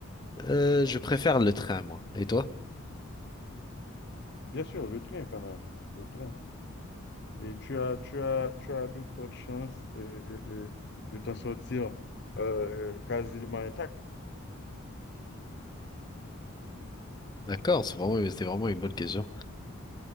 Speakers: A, on the left; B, on the left.
A: euh, je préfère le train, moi. Et toi?
B: Bien sûr, le train quand même. Le train. Et tu as, tu as, tu as de fortes chances euh, euh, euh, de t'en sortir euh, quasiment intact.
A: D'accord, c'est vraiment, c'est vraiment une bonne question.